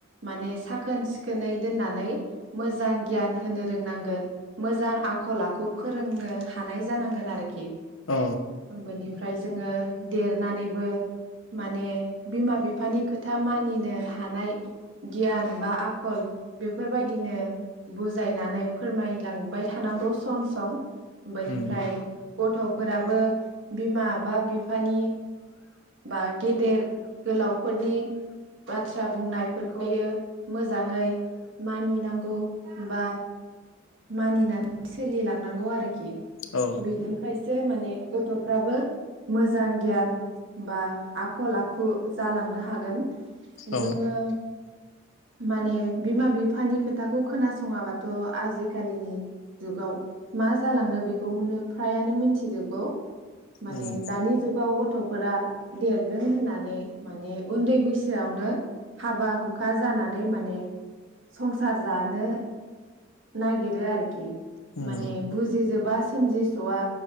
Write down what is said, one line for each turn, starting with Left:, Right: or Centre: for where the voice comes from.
Right: माने साखोन सिखोनै दोननानै मोजां गियान होनो रोंनांगोन मोजां आखल आखु फोरोंनो हानाय जानांगोन आरोखि।
Left: औ
Right: बेनिफ्राय जोङो देरनानैबो माने बिमा बिफानि खोथा मानिनो हानाय गियान बा आखल बेफोरबायदिनो बुजायनानै फोरमायलांबाय थानांगौ सम सम बेनिफ्राय
Left: उम
Right: गथ'फोराबो बिमा बा बिफानि बा गेदेर गोलावफोरनि बाथ्रा बुंनाय फोरफोरखौयो मोजाङै मानिनांगौ बा मानिनानै सोलिलांनांगौ आरोखि
Left: औ
Right: बिनिखायसो माने गथ'फ्राबो मोजां गियान बा आखल आखु जालांनो हागोन। जोङो
Left: औ
Right: माने बिमा बिफानि खोथाखौ खोनासङाबाथ' आजि खालिनि जुगाव मा जालाङो बेखौनो फ्रायानो मिथिजोबगौ। माने
Left: उम
Right: दानि जुगावबो थ'फोरा देरदों होननानै माने उन्दै बैसोआवनो हाबा हुखा जानानै माने संसार जानो नागिरो आरोखि।
Left: उम
Right: माने बुजिजोबा। सोमजिस'आ।